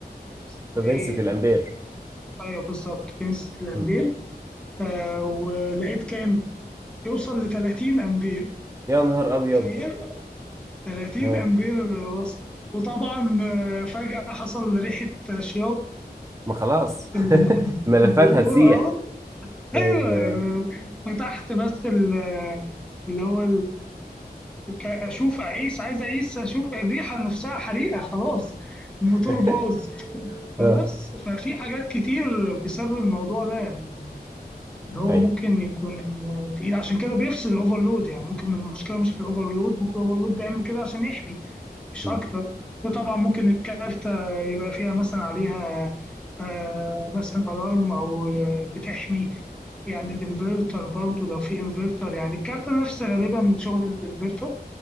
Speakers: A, in the centre; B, on the right.
A: اسمه
B: فبنسة
A: ايه
B: الامبير
A: ايوه بالظبط بنسة الامبير
B: مم.
A: آه ولقيت كام يوصل ل 30 امبير
B: يا نهار ابيض
A: تخيل 30
B: اه
A: امبير وصل وطبعا آه، فجأة حصل ريحة شياط
B: ما خلاص
A: في
B: <laughs>
A: ال-
B: ملفات
A: في البلور
B: هتسيح
A: اه
B: ايوه
A: ايوه يعني فتحت بس ال- اللي هو ك- اشوف اعيش عايز اعيش اشوف الريحه نفسها حريقه خلاص الموتور
B: <laughs>
A: باظ فبس
B: اه
A: ففي حاجات كتير بسبب الموضوع ده يعني إن هو
B: ايوه
A: ممكن يكون تقيل عشان كده بيفصل الاوفرلود يعني ممكن المشكله مش في الاوفرلود ممكن الاوفرلود بيعمل كده عشان يحمي مش
B: مم.
A: اكتر وطبعا ممكن الكارتة يبقى فيها مثلا عليها آه، مثلا الارم او آه، بتحمي يعني الانفرتر برضو لو في انفرتر يعني الكارتة نفس غالبا شغل الانفرتر